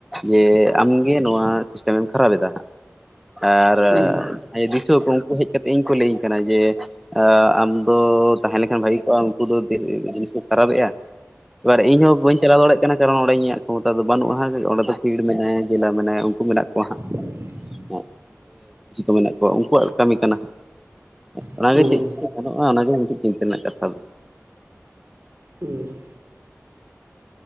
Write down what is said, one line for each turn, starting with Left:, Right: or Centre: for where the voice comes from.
Centre: ᱡᱮ ᱟᱢᱜᱮ ᱱᱚᱣᱟ ᱥᱤᱥᱴᱮᱢ ᱮᱢ ᱠᱷᱟᱨᱟᱯ ᱮᱫᱟ ᱦᱟᱸᱜ ᱾ ᱟᱨ
Right: ᱦᱩᱸ
Centre: ᱡᱟᱦᱟᱸᱭ ᱫᱤᱥᱣᱟᱹ ᱠᱚ ᱩᱱᱠᱩ ᱦᱮᱡ ᱠᱟᱛᱮᱫ ᱤᱧ ᱠᱚ ᱞᱟᱹᱭᱟᱹᱧ ᱠᱟᱱᱟ ᱡᱮ ᱟᱢ ᱫᱚ ᱛᱟᱦᱮᱸ ᱞᱮᱠᱷᱟᱱ ᱵᱷᱟᱹᱜᱤ ᱠᱚᱜᱼᱟ ᱩᱱᱠᱩ ᱫᱚ ᱡᱤᱱᱤᱥ ᱠᱚ ᱠᱷᱟᱨᱟᱯᱮᱜᱼᱟ ᱮᱵᱟᱨ ᱤᱧ ᱦᱚᱸ ᱵᱟᱹᱧ ᱪᱟᱞᱟᱣ ᱫᱟᱲᱮᱭᱟᱜ ᱠᱟᱱᱟ ᱠᱟᱨᱚᱱ ᱚᱸᱰᱮ ᱤᱧᱟᱜ ᱠᱷᱚᱢᱚᱛᱟ ᱫᱚ ᱵᱟᱹᱱᱩᱜᱼᱟ ᱚᱸᱰᱮ ᱫᱚ ᱯᱤᱲ ᱢᱮᱱᱟᱭᱟ ᱡᱮᱞᱟ ᱢᱮᱱᱟᱭᱟ ᱢᱮᱱᱟᱜ ᱠᱚᱣᱟ ᱦᱟᱸᱜ
Right: <inaudible>
Centre: ᱠᱚ ᱢᱮᱱᱟᱜ ᱠᱚᱣᱟ ᱩᱱᱠᱩᱣᱟᱜ ᱠᱟᱹᱢᱤ ᱠᱟᱱᱟ ᱦᱟᱸᱜ
Right: ᱦᱩᱸ
Centre: ᱚᱱᱟᱜᱮ ᱪᱮᱫ ᱪᱤᱠᱟᱹ ᱜᱟᱱᱚᱜᱼᱟ ᱚᱱᱟᱜᱮ ᱢᱤᱫᱴᱮᱱ ᱪᱤᱱᱛᱟᱹ ᱨᱮᱱᱟᱜ ᱠᱟᱛᱷᱟ ᱫᱚ ᱾
Right: ᱦᱩᱸ